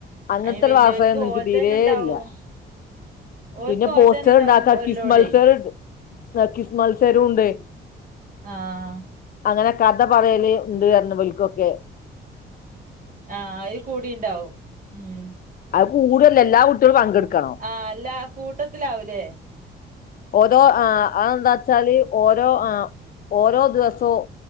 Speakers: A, on the left; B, on the right.
A: അങ്ങൻത്തെരു
B: അയിന് വല്യോൽക്ക്
A: വാസനന്നും ഇൻക്ക്
B: ഓൽതന്നെ
A: തീരേ
B: ഇണ്ടാവും
A: ഇല്ല്യ.
B: ഓൽക്ക്
A: പിന്നെ
B: ഓൽതന്നെ
A: പോസ്റ്ററ്ണ്ടാക്കാ
B: ഉണ്ടാവും ഓലോടെ
A: കിസ്മത്സരൻണ്ട് കിസ് മത്സരുണ്ട്.
B: ആഹ്.
A: അങ്ങനെ കഥ പറയല് അ്‌ണ്ട് അർഞ്ഞു ബൽകൊക്കെ.
B: ആഹ് അയ്‌ കൂടിണ്ടാവും ഉം.
A: അഅ്‌ കൂട്ല്ല എല്ലാ കുട്ട്യാളും പങ്കട്ക്കണം.
B: ആഹ് അല്ലാ കൂട്ടത്തിലാവുലേ.
A: ദോ ആഹ് അതന്താച്ചാല് ഓരോ ആഹ് ഓരോ ദിവസവും